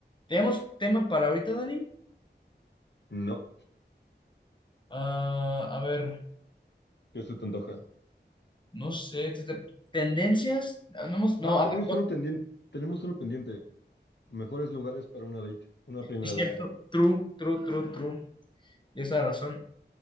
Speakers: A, on the left (about 25°); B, on the left (about 70°).
A: ¿Tenemos tema para ahorita, Dani?
B: No,
A: Ah, a ver,
B: ¿qué se te antoja?
A: no sé. te- te- ¿Tendencias? No, hemos- no,
B: Ah,
A: a
B: tenemos
A: ver,
B: uno pendiente. Tenemos uno pendiente. Mejores lugares para una date, una primera
A: es cierto.
B: date.
A: True, true, true, true. Y esa razón.